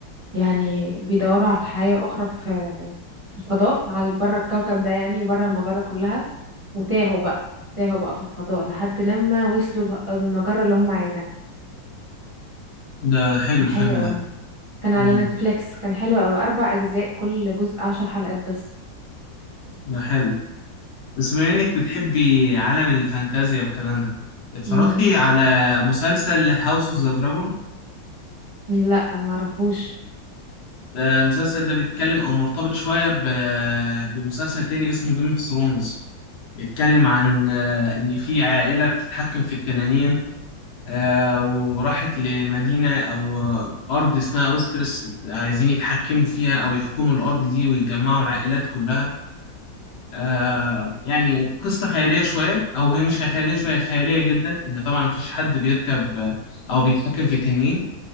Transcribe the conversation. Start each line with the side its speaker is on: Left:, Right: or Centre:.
Right: يعني بيدوروا على حياة أخرى في في الفضاء على بره الكوكب ده يعني وبره المجرة كلها وتاهوا بقى تاهوا بقى في الفضاء لحد لما وصلوا المجرة اللي هم عايزينها
Left: ده حلو
Right: كان
Left: الفيلم
Right: حلو
Left: ده
Right: كان على
Left: امم
Right: نتفليكس كان حلو قوي اربع اجزاء كل جزء عشر حلقات بس
Left: ده حلو بس بما انك بتحبي عالم الفانتازيا والكلام ده اتفرجتي
Right: امم
Left: على مسلسل هاوس اوف ذا دراجون
Right: لا ما اعرفوش
Left: ده المسلسل ده بيتكلم او مرتبط شويه ب... بمسلسل تاني اسمه جيم اوف ثرونز بيتكلم عن آه، ان في عائله بتتحكم في التنانين آه، وراحت لمدينه او آه، ارض اسمها ويسترس عايزين يتحكموا فيها او يحكموا الارض دي ويجمعوا العائلات كلها آه يعني قصة خيالية شوية أو هي مش خيالية شوية خيالية جدا لأن طبعا مفيش حد بيركب آه، أو بيتحكم في تنين